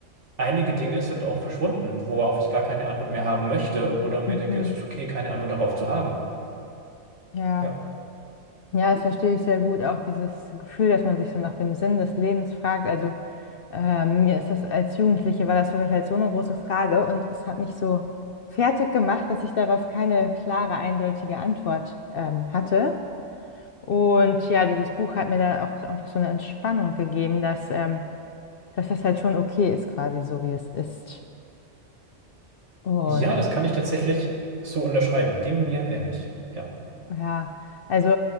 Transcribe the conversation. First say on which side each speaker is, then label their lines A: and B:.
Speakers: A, on the right; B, on the left.
A: einige Dinge sind auch verschwunden, worauf ich gar keine Antwort mehr haben möchte oder mir
B: mhm.
A: denke, es ist okay, keine Antwort darauf zu haben.
B: Ja.
A: Ja.
B: Ja, das verstehe ich sehr gut. Auch dieses Gefühl, dass man sich so nach dem Sinn des Lebens fragt. Also ähm, mir ist das als Jugendliche war das für mich halt so eine große Frage und es hat mich so fertig gemacht, dass ich darauf keine klare, eindeutige Antwort ähm, hatte. Und ja, dieses Buch hat mir dann auch so einfach so eine Entspannung gegeben, dass ähm, dass das halt schon okay ist, quasi so wie es ist. Und
A: Ja, das kann ich tatsächlich so unterschreiben. Ging mir ähnlich. Ja,
B: ja, also